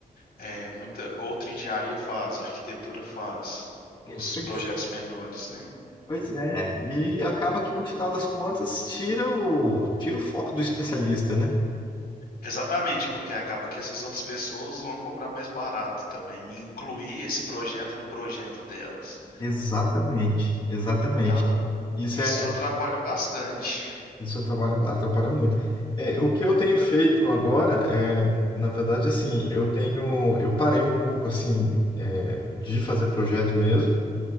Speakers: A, on the left; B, on the left.
A: É, muita outra engenharia faz, arquitetura faz, os
B: É, Pois,
A: projetos menores, né?
B: pois é, e acaba que no final das contas tira o, tira o foco do especialista, né?
A: Exatamente, porque acaba que essas outras pessoas vão cobrar mais barato também, e incluir esse projeto no projeto delas.
B: Exatamente, exatamente.
A: Então,
B: Isso
A: isso
B: é
A: atrapalha bastante.
B: Isso atrapalha, atrapalha muito. É, o que eu tenho feito agora é, na verdade, assim, eu tenho, eu parei um pouco, assim, é, de fazer projeto mesmo